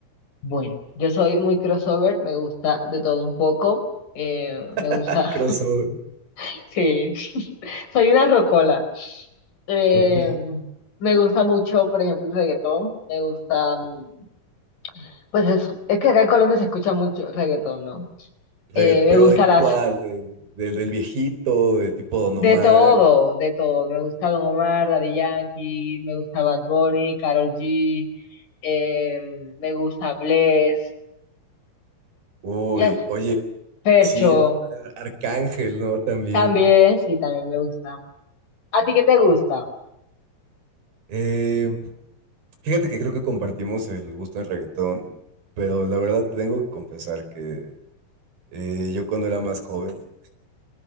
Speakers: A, on the left; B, on the right.
A: Bueno, yo soy muy crossover, me gusta de todo un poco, eh, me gusta,
B: <laughs> Crossover.
A: <laughs> sí, <laughs> soy una rocola. Eh,
B: Ok.
A: me gusta mucho, por ejemplo, el reggaetón, me gusta, mm, pues es, es que acá en Colombia se escucha mucho reggaetón, ¿no?
B: Reggaet-
A: Eh, me
B: pero
A: gusta
B: ¿de
A: las
B: cuál? ¿De- del del viejito? ¿De tipo Don
A: De
B: Omar?
A: todo, de todo. Me gusta Don Omar, Daddy Yankee, me gusta Bad Bunny, Karol G, eh, me gusta Bless,
B: Uy,
A: yes,
B: oye,
A: Fercho,
B: sí, está Arcángel, ¿no? También.
A: también, sí, también me gusta. ¿A ti qué te gusta?
B: Eh, fíjate que creo que compartimos el gusto en reggaetón, pero la verdad tengo que confesar que eh, yo cuando era más joven